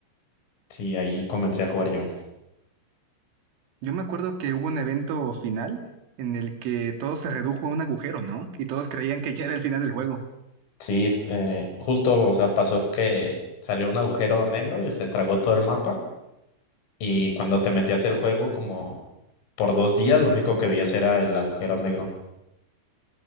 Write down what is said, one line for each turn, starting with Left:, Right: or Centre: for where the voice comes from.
Left: Sí, ahí comencé a jugar yo.
Right: Yo me acuerdo que hubo un evento final en el que todo se redujo a un agujero, ¿no? Y todos creían que ya era el final del juego.
Left: Sí, eh, justo, o sea, pasó que salió un agujero negro y se tragó todo el mapa. Y cuando te metías el juego, como por dos días, lo único que veías era el agujero negro.